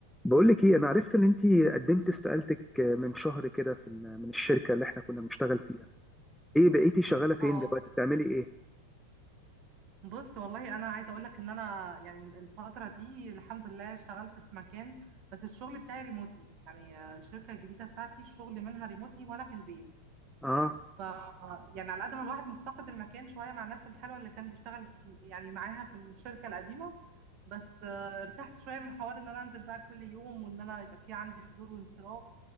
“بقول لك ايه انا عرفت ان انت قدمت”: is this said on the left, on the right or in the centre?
Centre